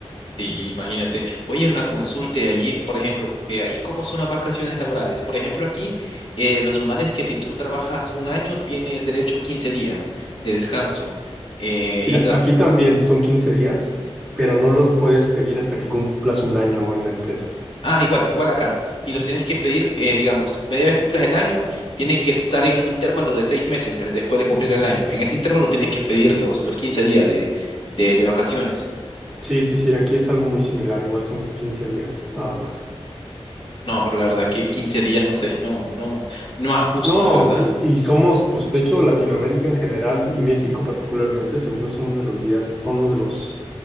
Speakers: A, on the left (about 55°); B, in the centre.
A: Sí, imagínate. Oye, una consulta y allí, por ejemplo, eh, ahí cómo son las vacaciones laborales. Por ejemplo, aquí eh, lo normal es que si tú trabajas un año, tienes derecho a 15 días de descanso. eh,
B: Sí,
A: y
B: a-
A: tras...
B: aquí también son 15 días, pero no los puedes pedir hasta que cumplas un año en la empresa.
A: Ah, igual, igual acá. Y los tienes que pedir, eh, digamos, media vez cumplas el año, tiene que estar en un intervalo de seis meses le- después de cumplir el año. En ese intervalo tienes que pedir los, los 15 días de, de, de vacaciones.
B: Sí, sí, sí, aquí es algo muy similar, igual son 15 días, nada más.
A: No, pero la verdad que 15 días, no sé, no, no, no ajusta,
B: No,
A: ¿verdad?
B: y, y somos, pues de hecho, Latinoamérica en general y México particularmente, según yo, son de los días, son uno de los